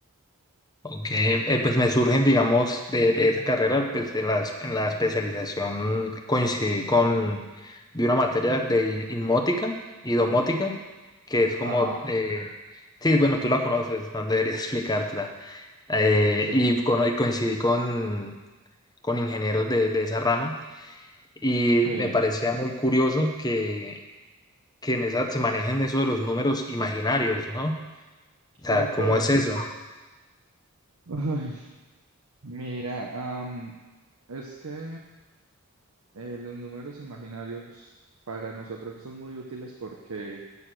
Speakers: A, on the left; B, on the right.
A: Ok, eh, pues me surgen, digamos, de, de esa carrera, pues en la, es- en la especialización coincidí con, de una materia de i- inmótica y domótica, que es como,
B: Ajá,
A: eh, sí, bueno, tú la conoces, no debería <laughs> explicártela. eh,
B: sí,
A: y cono- coincidí con, con ingenieros de, de esa rama y
B: sí,
A: me parecía muy curioso que, que en esa, se manejen eso de los números imaginarios, ¿no? O sea,
B: ok.
A: ¿cómo es eso?
B: Ay, mira, am, es que eh, los números imaginarios para nosotros son muy útiles porque